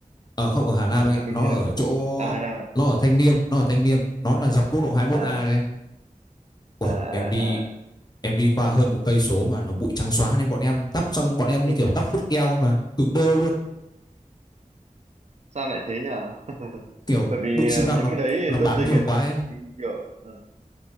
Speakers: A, on the left; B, on the right.
A: Ờ không
B: đúng
A: ở
B: không
A: Hà
B: em
A: Nam
B: ở
A: anh
B: Ninh
A: ạ,
B: Bình
A: nó
B: hay
A: ở
B: đâu ấy?
A: chỗ
B: à Hà Nam
A: nó
B: à
A: ở Thanh Liêm, nó ở Thanh Liêm, nó là dọc quốc lộ hai mươi
B: à
A: mốt a đấy anh. Ôi,
B: à à
A: em đi
B: à.
A: em đi qua hơn một cây số mà nó bụi trắng xóa nên bọn em tóc xong bọn em
B: thế
A: như
B: nhỉ
A: kiểu tóc vút keo ấy mà cứng đơ luôn.
B: sao lại thế nhỉ <laughs>
A: kiểu
B: bởi vì
A: bụi xi
B: ờ,
A: măng
B: những
A: nó
B: cái đấy
A: nó
B: thì
A: bám
B: dân tình
A: nhiều
B: ấy
A: quá ấy
B: kiểu ờ,